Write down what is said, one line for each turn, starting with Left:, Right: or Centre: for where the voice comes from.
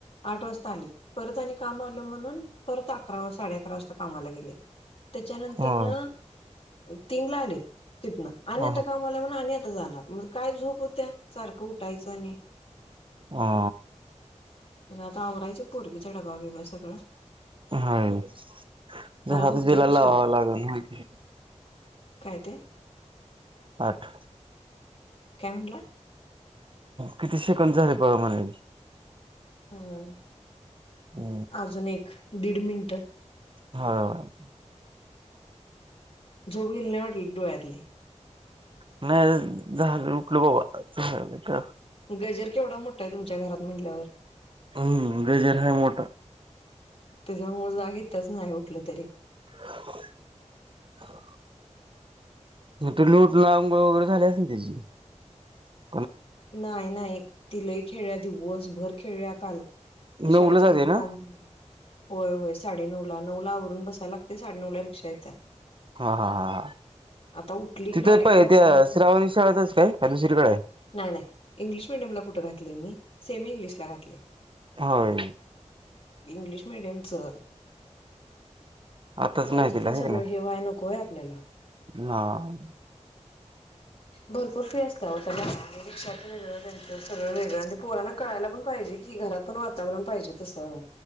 Left: आठ वाजता आलेत परत आणि काम आलं म्हणून परत अकरा, साडे अकरा वाजता कामाला गेलेत. त्याच्यानंतरनं
Right: होय
Left: तीनला आलेत तिथनं आणि
Right: ह
Left: आता काम आलंय म्हण जाणार, मग काय झोप होत्या सारखं उठायचं आणि
Right: हा.
Left: आता आवरायचं पोरगीचा डबा बीबा सगळा.
Right: हाय, <unintelligible>
Left: होते
Right: दिला
Left: स्वयंपाक
Right: लावाव‌ं लागेल माहीतेय.
Left: काय ते?
Right: आठ
Left: काय म्हनला
Right: किती शे कं झा र प मला
Left: होय,,
Right: हो
Left: अजून एक दीड मिनटं..
Right: हा.
Left: झोप गेली नाही वाटलं डोळ्यातलीऽ
Right: नाही, झाल उठलो बाबा. झाऽऽ
Left: गजर केवढा मोठाय तुमच्या घरात म्हटल्यावरऽऽ
Right: हम्म,, गजर लय मोठाय...
Left: त्याच्यामुळे जाग ईत्याच त्याच नाही उठलं तरी..
Right: हो, मग तूमी उटवूटन आंगोळ वगैरे झाली आसलं त्याचीऽऽ
Left: नाही, नाही ति लय खेळ्या,, दिवसभर खेळल्या काल... ते शाळेच
Right: नऊला जाते
Left: युनिफॉर्म.
Right: ना
Left: होय, होय, साडेनऊ ला. नऊ ला आवरून बसाय लागतय साडे नऊ ला रिक्षा येत्या..
Right: हा हा हा हा..
Left: आता उठली की
Right: तिथे
Left: डायरेक्ट
Right: पय
Left: बाथरूम
Right: त्या
Left: मध्ये जाते
Right: श्रावणी शाळेतच काय? दुसरीकडे आहे..
Left: नाही इंग्लिश मिीडियमला कुठं घातलय मी,, सेमी इंग्लिशला घातलय..
Right: होय
Left: इंग्लिश मीडियमचं,,
Right: आताच
Left: खर्चातून
Right: नाही तिला आहे
Left: सगळं
Right: का नाही
Left: हेवाय नको वय आपल्याला..
Right: हा
Left: भरपूर फी असता वो तला. रिक्ाचं वेगळं, त्यांचं सगळं वेगळं, ते पोराना कळायला पण पाहिजे की, घरात पण वातावरण पाहिजे तसं..